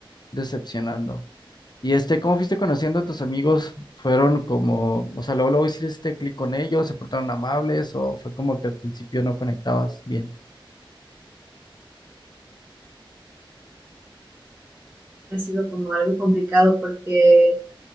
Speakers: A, on the left (about 50°); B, on the right (about 15°).
A: decepcionando. Y este, ¿cómo fuiste conociendo a tus amigos? ¿Fueron como, o sea, luego, luego hiciste clic con ellos, se portaron amables o fue como que al principio no conectabas bien?
B: Ha sido como algo complicado porque